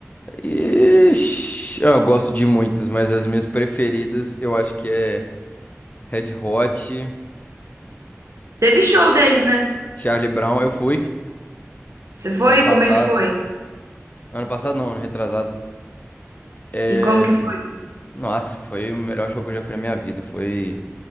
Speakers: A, on the left; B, on the right.
A: Ixi, eu gosto de muitas, mas as minhas preferidas eu acho que é Red Hot,
B: Teve show deles, né?
A: Charlie Brown. Eu fui
B: Você foi?
A: ano passado.
B: Como é que foi?
A: Ano passado não, ano retrasado. É...
B: E como que foi?
A: Nossa, foi o melhor show que eu já fui na minha vida. Foi.